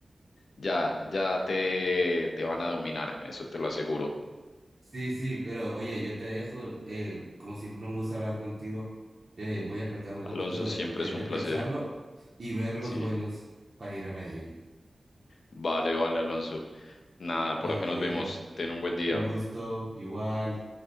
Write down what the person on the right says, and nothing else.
Sí, sí, pero oye, yo te dejo, eh, como siempre un gusto hablar contigo, eh, voy a tratar un poquito
de,
de,
de
pensarlo
y ver los
vuelos para ir a Medellín.
Dale.
Un gusto igual.